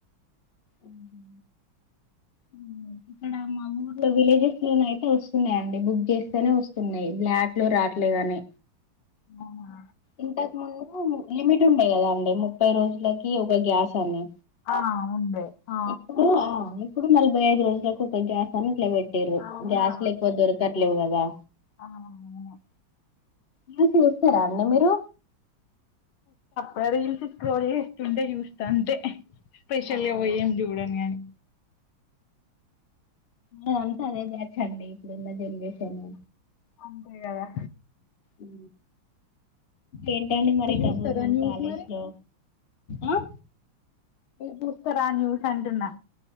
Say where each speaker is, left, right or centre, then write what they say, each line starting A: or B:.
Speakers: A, on the left; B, on the left.
A: ఉహు
B: ఉ
A: ఇక్కడ మా ఊర్లో విలేజెస్ లోన అయితే వస్తున్నాయి అండి బుక్ చేస్తేనే వస్తున్నాయి బ్లాక్ అట్లే రాట్లేగానే
B: నోమా
A: ఇంతకు ముందు లిమిట్ ఉండే గదా అండి ముప్పై రోజులకి ఒక గ్యాస్ అని
B: ఆ ఉండే ఆ
A: ఇప్పుడు ఆ కుడు నలభై ఐదు రోజలకు ఒక గ్యాస్ అని ఇట్ల వెట్టిరు
B: అవునా
A: గ్యాస్ లేకపోతే దొరకత్ లేవు గదా
B: ఆ వువ
A: మీ చూస్తారా అండి మీరు
B: వాడి చూసి స్క్రోల్ చేస్తుండే చూస్తా అంతే స్పెషలీ
A: అవునా
B: అవో ఏం జూడం గాని
A: మాది అంత అదే బ్యాచ్ అండి ఇప్పుడు ఉన్నది ఎమ్ జెస్తానా
B: అంతే కదా
A: ఉ ఏంటండి మరి
B: మీరు చూస్తారా
A: కబుర్లు
B: న్యూస్
A: కాలేజ్
B: మరి
A: లో ఆ
B: చూస్తారా న్యూస్ అంటున్నా